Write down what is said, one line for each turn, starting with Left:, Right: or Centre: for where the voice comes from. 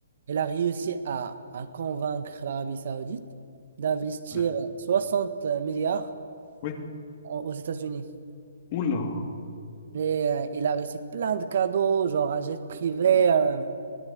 Right: Elle a réussi à, à convaincre l'Arabie Saoudite d'investir
Left: Ouais.
Right: 60 milliards
Left: Oui.
Right: en- aux États-Unis.
Left: Oula.
Right: Et euh, il a reçu plein de cadeaux, genre un jet privé, un-